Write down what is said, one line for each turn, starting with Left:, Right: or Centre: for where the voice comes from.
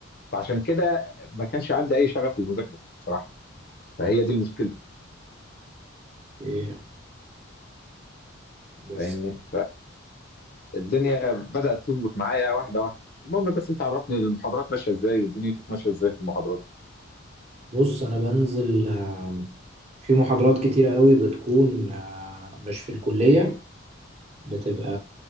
Left: فعشان كده ما كانش عندي اي شغف للمذاكره بصراحه فهي دي المشكله
Right: ايه بس
Left: فاهمني فالدنيا بدأت تظبط معايا واحدة واحدة المهم بس انت عرفني المحاضرات ماشية ازاي والدنيا ماشية ازاي في المحاضرات
Right: بص انا بنزل آه، في محاضرات كتيرة قوي بتكون آه، مش في الكلية بتبقى